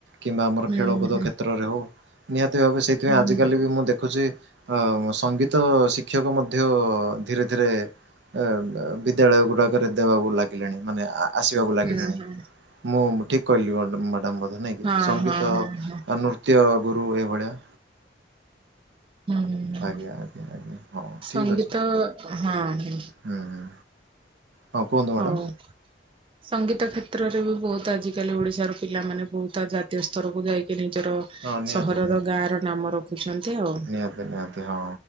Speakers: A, on the right; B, on the right.
A: କିମ୍ବା ଆମର
B: ହୁଁ
A: ଖେଳ କୁଦ
B: ହୁଁ
A: କ୍ଷେତ୍ରରେ ହଉ। ନିହାତି ଭାବେ ସେଇଥିପାଇଁ
B: ହୁଁ
A: ଆଜିିକାଲି ବି ମୁଁ ଦେଖୁଛି ଆ ସଙ୍ଗୀତ ଶିକ୍ଷକ ମଧ୍ୟ ଧୀରେ ଧୀରେ ଏ ବିଦ୍ୟାଳୟ ଗୁଡାକରେ ଦେବାକୁ ଲାଗିଲେଣି ମାନେ ଆସିବାକୁ ଲାଗିଲେଣି।
B: ହୁଁ
A: ମୁଁ ଠିକ୍ କହିଲି ମ୍ୟାଡାମ ବୋଧେ ନାଇଁ କି
B: ହଁ
A: ସଙ୍ଗୀତ
B: ହଁ ହଁ ହଁ
A: ନୃତ୍ୟ ଗୁରୁ ଏଇଭଳିଆ।
B: ହୁଁ
A: ଆଜ୍ଞା ଆଜ୍ଞା ଆଜ୍ଞା ହଁ
B: ସଙ୍ଗୀତ
A: ଠିକ ଅଛି
B: ହଁ
A: ହୁଁ। ହଁ କୁହନ୍ତୁ ମ୍ୟାଡ଼ାମ୍
B: ହଉ। ସଙ୍ଗୀତ କ୍ଷେତ୍ରରେ ବି ବହୁତ ଆଜିକାଲି ଓଡିଶାର ପିଲାମାନେ ବହୁତ ଜାତୀୟ ସ୍ତରକୁ ଯାଇକି ନିଜର
A: ହଁ ନିହାତି
B: ସହରର
A: ନିହାତି
B: ଗାଁ ର ନାମ ରଖୁଛନ୍ତି ଆଉ।
A: ନିହାତି ନିହାତି ହଁ